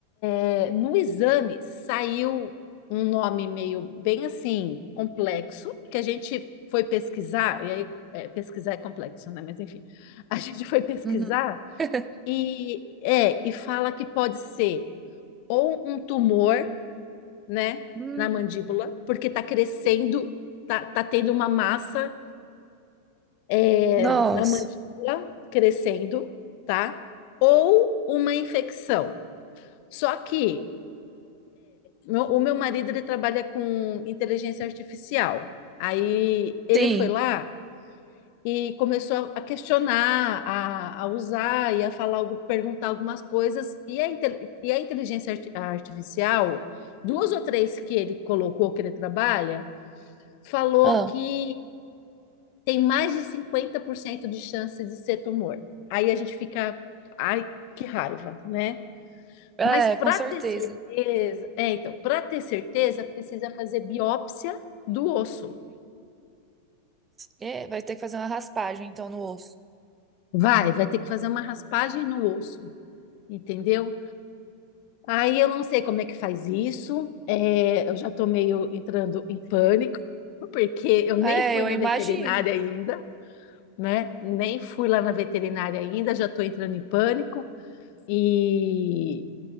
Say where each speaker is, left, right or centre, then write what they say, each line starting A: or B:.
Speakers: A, on the left; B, on the right.
A: É, No exame saiu um nome meio bem assim complexo que a gente foi pesquisar e aí é, pesquisar é complexo, né? Mas enfim, a gente foi pesquisar
B: Uhum. <laughs>
A: e é e fala que pode ser ou um tumor, né,
B: Hum.
A: na mandíbula, porque tá crescendo, tá, tá tendo uma massa é,
B: Nossa.
A: na mandíbula crescendo, tá? Ou uma infecção. Só que meu- o meu marido ele trabalha com inteligência artificial. Aí ele
B: Sim.
A: foi lá e começou a questionar, a, a usar e a falar, algo- perguntar algumas coisas. E a, inte- e a inteligência arti- artificial, duas ou três que ele colocou que ele trabalha, falou
B: Ah.
A: que tem mais de 50% de chance de ser tumor. Aí a gente fica, ai, que raiva, né?
B: É,
A: Mas para
B: com certeza.
A: ter certeza, é, então, para ter certeza, precisa fazer biópsia do osso.
B: É, vai ter que fazer uma raspagem, então, no osso.
A: Vai, vai ter que fazer uma raspagem no osso, entendeu? Aí eu não sei como é que faz isso, é, eu já tô meio entrando em pânico, <laughs> porque eu nem
B: É,
A: fui
B: eu
A: na
B: imagino.
A: veterinária ainda, né? Nem fui lá na veterinária ainda, já tô entrando em pânico. E